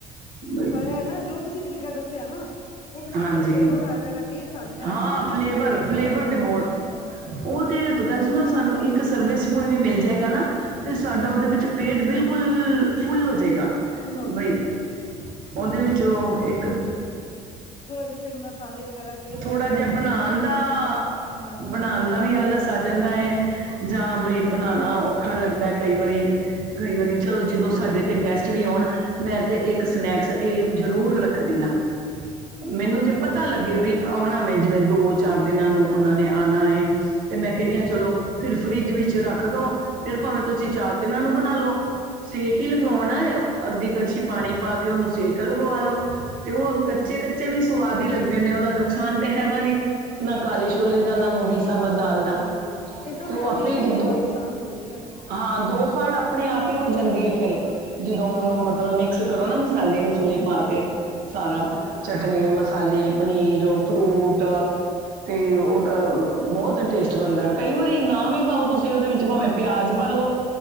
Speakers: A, on the right (about 65°); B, on the left (about 45°).
A: ਬਈ
B: ਪਰ ਏ ਨਾ ਜੋ, ਤੁਸੀਂ ਤਰੀਕਾ ਦੱਸਿਆ, ਨਾ ਉਹ ਤੁਸੀਂ
A: ਹਾਂਜੀ
B: ਫਲੇਵਰ ਆ ਜਾਏਗਾ, ਟੇਸਟ ਆ ਜਾਂਦਾ
A: ਹਾਂ
B: ਐਸੇ ਬਿਲਕੁਲ
A: ਫਲੇਵਰ
B: ਫਿੱਕੇ-ਫਿੱਕੇ
A: ਫਲੇਵਰ
B: ਲਗਦੇ
A: ਤੇ ਬਹੁਤ
B: ਆ
A: ਉਹ ਤੇ ਗੱਲ ਸੁਣੋ, ਇੱਕ ਸਰਵਿਸ ਸਪੌਣ ਵੀ ਮਿਲ ਜਾਏਗਾ ਨਾ, ਤੇ ਸਾਡਾ
B: ਹਾਂਜੀ
A: ਉਹਦੇ ਵਿੱਚ ਪੇਟ ਬਿਲਕੁਲ, ਫੁੱਲ ਹੋ ਜਾਏਗਾ।
B: ਫੁੱਲ ਹੋ
A: ਬਈ,
B: ਜਾਏਗਾ
A: ਉਹਦੇ ਵਿੱਚ ਉਹ, ਇੱਕ
B: ਥੋੜੇ ਵਿੱਚ ਮਸਾਲੇ, ਵਗੈਰਾ ਟੇਸਟ
A: ਥੋੜਾ
B: ਤੁਸੀਂ
A: ਜਿਹਾ,
B: ਦੱਸ
A: ਬਣਾਉਣ
B: ਰਹੇ ਹੋ ਨਾ
A: ਦਾ
B: ਹਾਂ
A: ਬਣਾਉਣ
B: ਤਰੀਕਾ
A: ਦਾ ਵੀ,
B: ਹੋਣਾ
A: ਆਲਸ
B: ਚਾਹੀਦਾ
A: ਆ
B: ਹੈ।
A: ਜਾਂਦਾ ਏ ਜਾਂ ਬਈ ਬਣਾਣਾ ਔਖਾ ਲੱਗਦਾ ਕਈ ਵਾਰੀ, ਕਈ ਵਾਰੀ ਚਲੋ ਜਦੋਂ, ਸਾਡੇ ਤੇ ਗੈਸਟ ਵੀ ਆਉਣ ਮੈਂ ਤੇ, ਇੱਕ ਸਨੈਕਸ ਇਹ ਜ਼ਰੂਰ ਰੱਖਦੀ ਹਾਂ ਮੈਨੂੰ ਜੇ
B: ਚਲੋ
A: ਪਤਾ
B: ਜੀ
A: ਲੱਗੇ ਵੀ ਆਉਣਾ, ਜਿਵੇਂ ਦੋ -ਚਾਰ ਦਿਨਾਂ ਨੂੰ ਉਹਨਾਂ ਨੇ ਆਉਣਾ ਏ ਤੇ ਮੈਂ ਕਹਿੰਦੀ ਹਾਂ ਚਲੋ, ਫਿਰ ਫਰਿੱਜ ਵਿੱਚ ਰੱਖ ਦੋ, ਫਿਰ ਭਾਵੇਂ ਤੁਸੀਂ ਚਾਰ ਦਿਨਾਂ ਨੂੰ ਬਣਾ ਲੋ ਸੇਕ ਹੀ ਲਗਵਾਉਣਾ, ਅੱਧੀ ਕੜਛੀ ਪਾਣੀ ਪਾ ਕੇ, ਉਹਨੂੰ ਸੇਕ ਲਗਵਾ ਲਓ, ਕਿਉਂ ਅੰਕਲ ਕੱਚੇ-ਕੱਚੇ ਵੀ ਸੁਆਦ ਹੀ ਲੱਗਦੇ ਨੇ, ਉਹਦਾ ਨੁਕਸਾਨ ਤਾਂ ਹੈਗਾ ਨਹੀਂ‌ ਨਾ
B: ਹਾਂਜੀ
A: ਕਾਲੇ ਛੋਲੇ
B: ਹਾਂਜੀ
A: ਦਾ, ਨਾ ਮੁਗੀ ਸਬਰ ਦਾਲ ਦਾ,
B: ਹਾਂਜੀ ਇਹ ਸਭ
A: ਤੂ
B: ਹੈਲਦੀ
A: ਆਪੇ
B: ਹੈ
A: ਈ
B: ਇਹਦਾ
A: ਦੋ
B: ਨੁਕਸਾਨ ਥੋੜ੍ਹੀ ਹੈ
A: ਹਾਂ, ਦੋ ਫਾਲਟ ਆਪਣੇ ਆਪ ਹੀ ਹੋ ਜਾਂਦੀ ਹੈ ਫਿਰ, ਜਦੋਂ ਉਹਨੂੰ
B: ਹਾਂਜੀ
A: ਮਤਲਬ ਮਿਕਸ ਕਰੋ ਨਾ, ਮਸਾਲੇ -ਮਸੂਲੇ ਪਾ ਕੇ ਸਾਰਾ।
B: ਹਾਂਜੀ
A: ਪਨੀਰ ਮਸਾਲੇ, ਪਨੀਰ, ਫਰੂਟ ਤੇ ਓ ਤਾਂ ਬੋਤ ਟੇਸਟ ਬਣਦਾ ਕਈ ਵਾਰੀ ਨਾ ਵੀ ਪਾਓ ਤੁਸੀਂ ਓਦੇ ਵਿੱਚ ਭਾਵੇਂ ਪਿਆਜ ਪਾਾਲੋ,